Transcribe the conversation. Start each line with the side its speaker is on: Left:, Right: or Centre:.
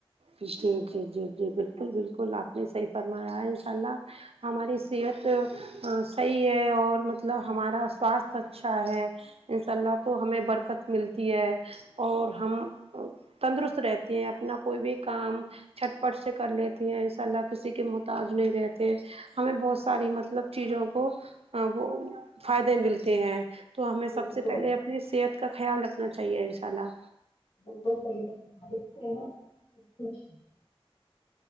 Right: جی جی جی جی بالکل بالکل آپ نے صحیح فرمایا ہے انشاء اللہ ہماری صحت صحیح ہے اور مطلب ہمارا سواستھ اچھا ہے ان شاء اللہ تو ہمیں برکت ملتی ہے اور ہم تندرست رہتے ہیں اپنا کوئی بھی کام چھٹ پٹ سے کر لیتی ہیں انساء اللہ کسی کے محتاج نہیں رہتے ہمیں بہت ساری مطلب چیزوں کو وہ فائدے ملتے ہیں تو ہمیں
Left: بالکل
Right: سب سے پہلے اپنی صحت کا خیال رکھنا چاہیے انشاء اللہ
Left: بالکل صحیح فرما رہی ہے <unintelligible>